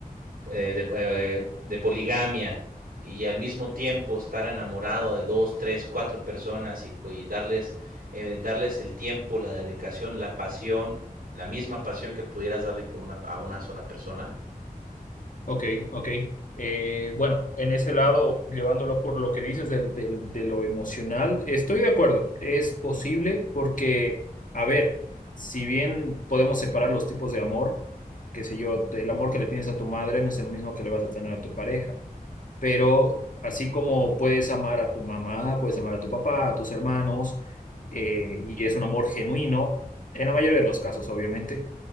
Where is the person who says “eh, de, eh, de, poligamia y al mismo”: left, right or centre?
Right